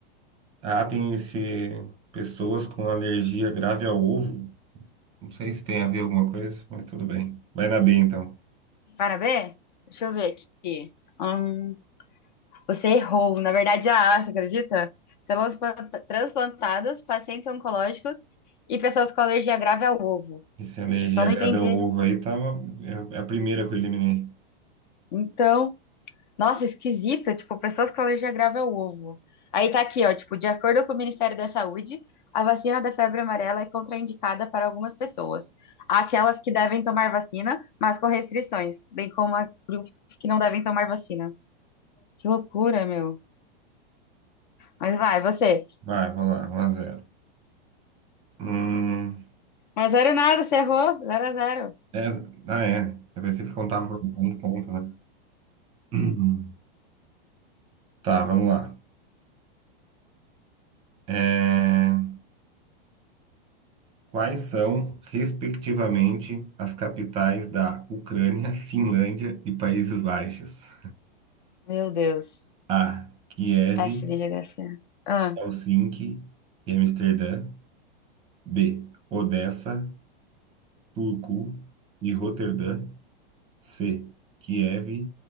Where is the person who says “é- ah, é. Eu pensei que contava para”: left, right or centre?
Right